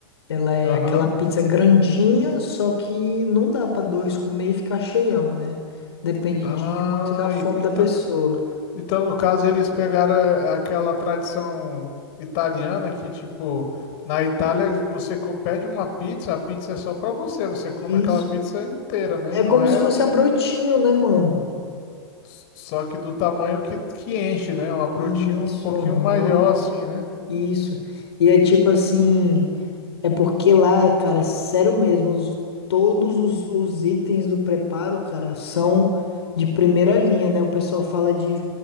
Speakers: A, on the left; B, on the left.
A: Ela é
B: Aham.
A: aquela pizza grandinha, só que não dá pra dois comer e ficar cheião, né? Depende
B: Ah,
A: de, de muito da fome
B: e- então,
A: da pessoa.
B: então no caso eles pegaram eh, aquela tradição italiana que, tipo, na Itália você co- pede uma pizza, a pizza é só pra você, você come
A: Isso.
B: aquela pizza inteira, né?
A: É
B: Não
A: como
B: é
A: se fosse a brotinho, né, mano?
B: S- Só que do tamanho que, que enche, né? É Um brotinho
A: Isso,
B: um pouquinho
A: aham.
B: maior, assim, né?
A: Isso. E é tipo assim. É porque lá, cara, é sério mesmo, os- todos os, os itens do preparo, cara, são de primeira linha, né? O pessoal fala de,